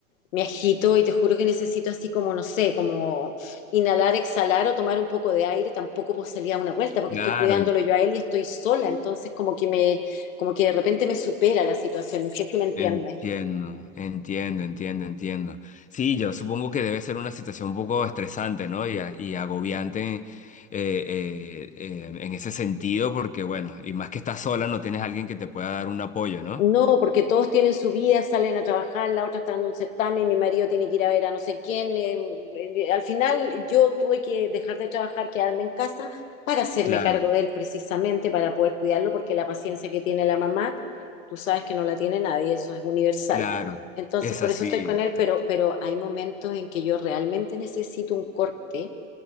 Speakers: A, on the left; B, on the left.
A: me agito y te juro que necesito así como, no sé, como inhalar, exhalar o tomar un poco de aire. Tampoco puedo salir a una vuelta porque
B: Claro,
A: estoy cuidándolo
B: en-
A: yo a él y estoy sola. Entonces como que me, como que de repente me supera la situación. No sé si me entiendes.
B: entiendo, entiendo, entiendo, entiendo. Sí, yo supongo que debe ser una situación un poco estresante, ¿no? Y, a- y agobiante eh, eh, eh, en ese sentido, porque bueno, y más que estás sola, no tienes alguien que te pueda dar un apoyo, ¿no?
A: No, porque todos tienen su vida, salen a trabajar, la otra está dando un certamen, mi marido tiene que ir a ver a no sé quién. eh, eh, al final yo tuve que dejar de trabajar, quedarme en casa para hacerme
B: Claro,
A: cargo de él precisamente, para poder cuidarlo, porque la paciencia que tiene la mamá, tú sabes que no la tiene nadie, eso es universal.
B: claro.
A: Entonces,
B: Es
A: por
B: así.
A: eso estoy con él, pero, pero hay momentos en que yo realmente necesito un corte